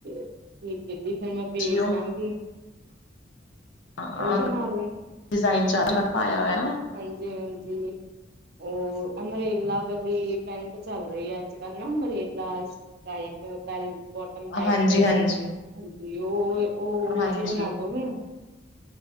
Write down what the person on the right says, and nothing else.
ਠੀਕ ਹੈ ਜੀ, ਫਿਰ ਮੈਂ ਭੇਜ
ਦਾਂਗੀ।
ਉਹ ਬਣਾ
ਹਾਂਜੀ-ਹਾਂਜੀ। ਉਹ ਅੰਮਰੇਲਾ ਵਾਲੀ ਪੈਂਟ ਚੱਲ ਰਹੀ ਆ ਅੱਜ ਕੱਲ੍ਹ ਨਾ umbrella type bell bottom type
ਹਾਂਜੀ ਉਹ, ਉਹ
ਜੀ ਬਣਾ ਦੋਗੇ?